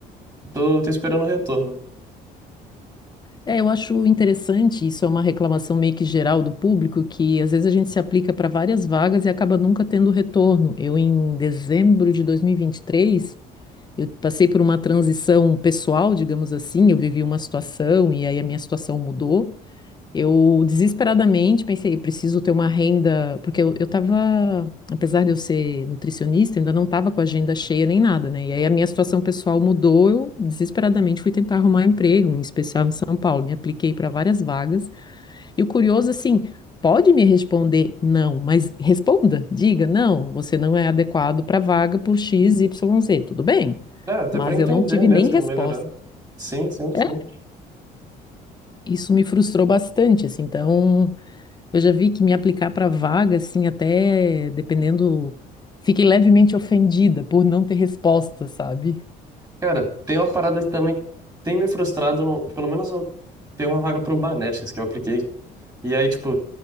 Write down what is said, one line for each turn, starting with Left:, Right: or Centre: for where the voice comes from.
Right: tô, tô esperando o retorno.
Left: É, eu acho interessante, isso é uma reclamação meio que geral do público, que às vezes a gente se aplica para várias vagas e acaba nunca tendo retorno. Eu, em dezembro de 2023, eu passei por uma transição pessoal, digamos assim, eu vivi uma situação e aí a minha situação mudou. Eu desesperadamente pensei, preciso ter uma renda, porque eu, eu tava, apesar de eu ser nutricionista, eu ainda não tava com a agenda cheia nem nada, né? E aí a minha situação pessoal mudou, eu desesperadamente fui tentar arrumar emprego, em especial em São Paulo. Me apliquei para várias vagas. E o curioso, assim, pode me responder não, mas responda, diga não, você não é adequado para vaga por X, Y, Z, tudo bem?
Right: É, até
Left: Mas
Right: para entender
Left: eu não tive
Right: mesmo,
Left: nem resposta.
Right: melhorar. Sim, sim, sim.
Left: É, Isso me frustrou bastante, assim, então. Eu já vi que me aplicar para vaga, assim, até dependendo, fiquei levemente ofendida por não ter resposta, sabe?
Right: Cara, tem uma parada que também tem me frustrado. no- pelo menos eu tenho uma vaga pro Banestes que eu apliquei. E aí, tipo,